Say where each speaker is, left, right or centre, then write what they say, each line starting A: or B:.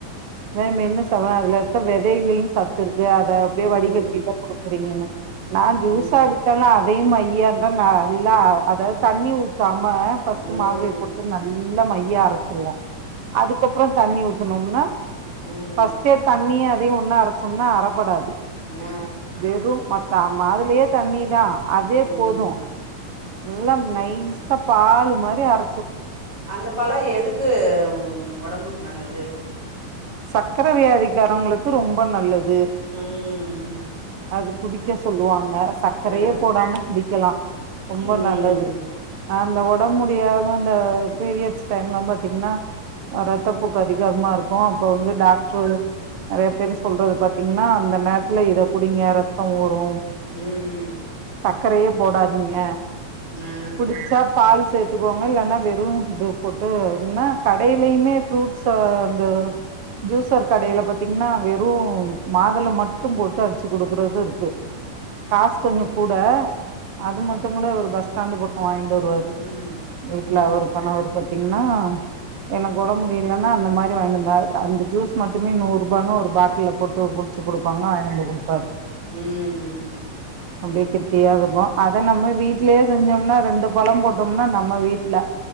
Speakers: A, on the right; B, on the right.
A: மெ மென்னு சாப்ட்டா அதுல இருக்க வெதையிலயு சத் து இருக்கு அத அப்டியே
B: ம் ம்
A: வடிகட் குடுக்குறீங்கன்னு நா ஜூஸ்
B: ம்
A: அடிச்சாலு அதையு மையாதா நா நல்லா அதாவது தண்ணி ஊத்தாம ஃபர்ஸ்ட்டு
B: ம்
A: மாதுளை போட்டு நல்லா மையா அரச் வெச்சுருவோ அதுக்கப்றோ தண்ணி ஊத்துனோம்னா
B: ம்
A: பஸ்டே தண்ணிய இதயு ஒன்னா அரச்சோம்னா அறப்படாது
B: நா
A: வெறு மொத்த மாதுலயே தண்ணி தா அதே
B: ம்
A: போது நல்லா நைசா பால் மாரி அற
B: அந்த பழோ எதுக்கு ஒடம்புக்கு நல்லது
A: சக்கர வியாதிகாரங்களுக்கு ரொம்ப நல்லது
B: ம் ம்
A: அது குடிக்க சொல்லுவாங்க சக்கரையே
B: ஆ
A: போடாம குடிக்கலா ரொம்ப
B: ம்
A: நல்லது
B: ம்
A: அந்த ஒடம்பு முடியாம அந்த பீரியட்ஸ் டைம்ல பாத்தீங்கன்னா ரத்தப்போக்கு அதிகாமா இருக்கு அப்ப வந்து டாக்டரு நெறைய பேர் சொல்றது பாத்தீங்கன்னா அந்த நேரத்துல எப் குடிங்க ரத்தோ ஊரு
B: ம்
A: சக்கரையே போடாதீங்க
B: ஆ ம்
A: புடுச்சா பால் சேத்துக்கோங்க இல்லன்னா வெறு இது போட்டு என்னா கடயிலயுமே ஃப்ரூட்ஸ் அந்த ஜூசர் கடையில பாத்தீங்கன்னா வெறு மாதுள மட்டு போட்டு அடி ச்சு குடுக்கறது இருக்கு காசு கொஞ்சோ கூட அது மட்டுகூட அவரு பஸ் ஸ்டேண்டு பக்கோ வாங்கிட்டு வருவாரு
B: ம்
A: வீட்டுல
B: ம்
A: அவுரு பண்ணத பாத்தீங்கன்னா எனக் ஒடபுமுடிலனா அந்த மாரி வாயின்டு அந்த ஜூஸ் மட்டுமே நூரூபானு ஒரு பாட்டில்ல போட்டு புடுச்சு குடுப்பாங்க வாயிண்டு வந்து குடுப்
B: ம் ம்
A: அப்டியே கெட்டியாருக்கு அத நம்ம வீட்லயே செஞ்சோம்னா ரெண்டு பழோ போட்டோம்னா நம்ம வீட்ல